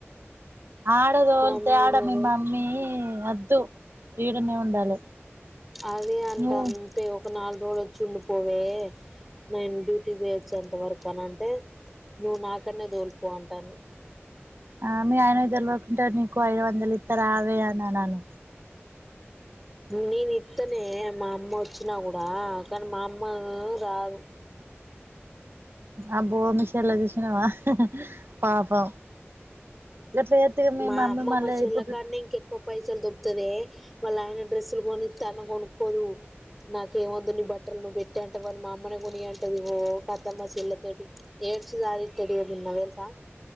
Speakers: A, on the right; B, in the centre.
A: ఆడద వోలితే
B: మమ్మీ
A: ఆడ
B: నేమో
A: మీ మమ్మీ వద్దు గీడనే ఉండాలి.
B: అదే అంటంటే
A: నువ్వు
B: ఒ నాలుగు రోలు వచ్చి ఉండి పోవే నైను డ్యూటీ చెయొచ్చు అంత వరకు కాన అంటే నువ్వు నాక్కడనే దోల్పో అంటాన్ని
A: ఆ మీ ఆయన ఇద్దరులోకుంటారు నీకు ఐదు వందలు ఇస్త రావే అ నా నాను
B: నేను ఇత్తనే మా అమ్మ వచ్చినా కూడా కానీ మా అమ్మ రాదు.
A: అబ్బో మిషల చుశినవా పాపం గట్ల చేస్తే మీ
B: మా
A: మమ్మీ
B: అమ్మమ్మ
A: మళ్ళీ
B: చెల్లకాన్నే
A: ఇప్పుడు
B: ఇంకెక్కువ పైసలు దొబ్బితదే. వాళ్ళు ఆయన డ్రెస్సులు కొనిత్త అన్న కొనుక్కోదు. నాకెమేద్దు నీ బట్టలు నువ్వు పెట్టే అంట వాళ మా అమ్మనే కొని అంటది. ఒ కత మా చెల్ల తోటి ఏడ్చి సాదిత్తది ఎదున్న తెలుసా.